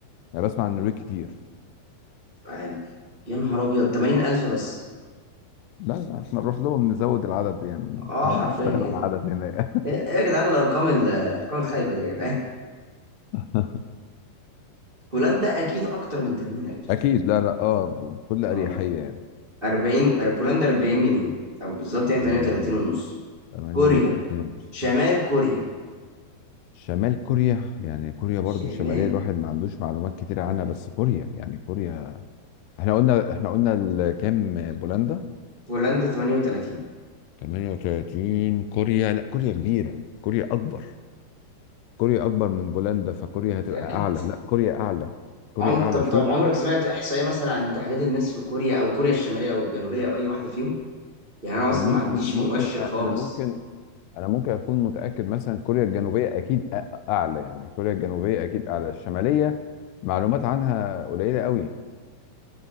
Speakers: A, on the left (about 80°); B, on the right (about 80°).
A: انا بسمع عن النرويج كتير
B: اقل يا نهار ابيض 80000 الف بس
A: لا لا، احنا نروح لهم نزود العدد يعني
B: اه
A: نحاول
B: حرفيا
A: نشتغل
B: ايه
A: على
B: ده
A: العدد هناك
B: ايه إيه يا جدعان الارقام ال- الارقام الخايبة دي يا جدعان
A: <laughs>
B: هولندا اكيد اكتر من 80000 الف
A: اكيد لا لا اه بكل اريحيه
B: آه.
A: يعني
B: 40 بولندا 40 مليون او بالظبط يعني
A: حاجه
B: 38
A: باين
B: ونص
A: 38
B: كوريا
A: ونص
B: شمال
A: كويس
B: كوريا
A: شمال كوريا يعني كوريا برضو
B: شمال
A: الشماليه الواحد ما عندوش معلومات كتير عنها
B: كوريا
A: بس كوريا يعني كوريا احنا قلنا احنا قلنا ال- كام بولندا
B: بولندا 38
A: 38 كوريا لا كوريا كبيره كوريا اكبر كوريا اكبر من بولندا فكوريا
B: متأكد
A: هتبقى اعلى لا كوريا اعلى كوريا
B: عمر
A: اعلى
B: طب طب
A: شو
B: عمرك سمعت احصائية مثلا عن تعداد الناس في كوريا او كوريا الشمالية او الجنوبية او اي واحدة فيهم يعني انا اصلا
A: ممكن
B: ما عنديش
A: ممكن
B: مؤشر
A: أ-
B: خالص
A: انا ممكن انا ممكن اكون متاكد مثلا كوريا الجنوبيه اكيد أ- اعلى يعني كوريا الجنوبيه اكيد اعلى الشماليه معلومات عنها قليله قوي